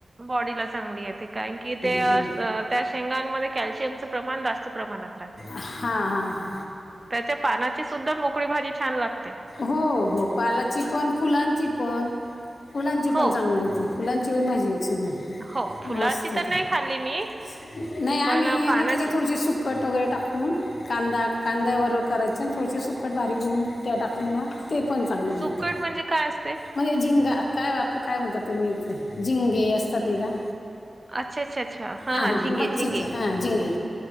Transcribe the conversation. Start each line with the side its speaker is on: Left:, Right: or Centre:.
Right: बॉडीला चांगली येते कारण की ते अस
Left: हो
Right: त्या शेंगांमध्ये कॅल्शियमचं प्रमाण जास्त प्रमाणात राहते
Left: हा हा.
Right: त्याच्या पानाची सुद्धा मोकळी भाजी छान लागते.
Left: हो हो पालाची पण फुलांची पण. फुलांची पण
Right: हो
Left: चांगली हुती, फुलांची पण भाजी एक सुद्धा
Right: हो
Left: मस्तच
Right: फुलाची तर नाही
Left: हाय,
Right: खाल्ली मी
Left: नाही आणि
Right: पण पानाची
Left: ना त्याच्या थोडीशी सुख सुकट वगैरे टाकून कांदा कांद्यावरर करायचे आणि थोडेसे सुकट बारीक धेऊन त्या टाकले ना ते पण चांगले
Right: सुकट
Left: होेत
Right: म्हणजे काय असते?
Left: म्हणजे जिंगा काय वापर काय म्हणतात तुम्ही ते झिंगे असतात नाही का.
Right: अच्छा अच्छा अच्छा
Left: हा हा
Right: झिंगे
Left: मच्छीचे
Right: झिंगे.
Left: हा जिंगे